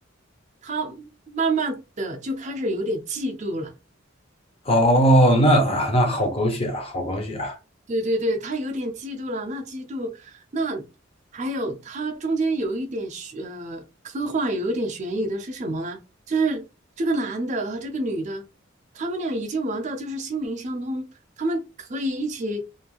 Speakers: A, on the right; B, on the left.
A: 他慢慢的就开始有点嫉妒了。
B: 哦，那啊那好狗血啊，好狗血啊。
A: 对对对，他有点嫉妒了。那嫉妒，那还有他中间有一点悬呃科幻，有一点悬疑的是什么呢？就是这个男的和这个女的，他们俩已经玩到就是心灵相通，他们可以一起